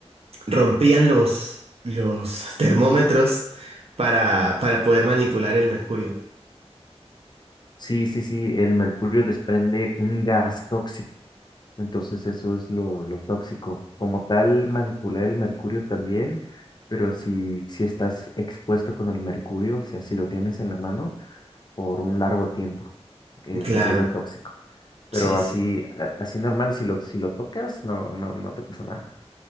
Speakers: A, on the right; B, on the left.
A: rompían los, los <laughs> termómetros para, para poder manipular el mercurio.
B: Sí, sí, sí, el mercurio desprende un gas tóxico, entonces eso es lo, lo tóxico. Como tal, manipular el mercurio también, pero si, si estás expuesto con el mercurio, o sea, si lo tienes en la mano por un largo tiempo, eh,
A: Claro,
B: se vuelve tóxico. Pero
A: sí,
B: así,
A: sí.
B: a- así normal, si lo, si lo tocas, no, no, no te pasa nada.